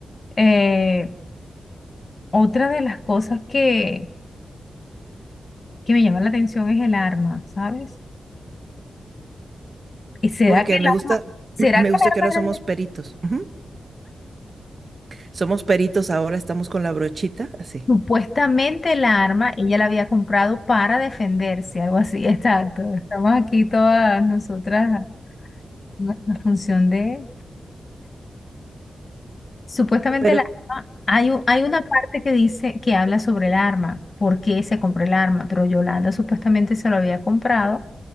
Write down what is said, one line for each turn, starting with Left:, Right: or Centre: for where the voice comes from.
Left: Eh, otra de las cosas que, que me llama la atención es el arma, ¿sabes? ¿Y será
Right: Porque
Left: que el
Right: me gusta,
Left: arma,
Right: <clears throat>
Left: será que
Right: me gusta
Left: el arma
Right: que ahora
Left: era
Right: somos
Left: de-
Right: peritos. Ujú. Somos peritos, ahora estamos con la brochita, así.
Left: supuestamente la arma ella la había comprado para defenderse, algo así? <laughs> Exacto. Estamos aquí todas nosotras en la función de supuestamente
Right: Pero,
Left: el arma. Hay, u- hay una parte que dice que habla sobre el arma, por qué se compró el arma, pero Yolanda supuestamente se lo había comprado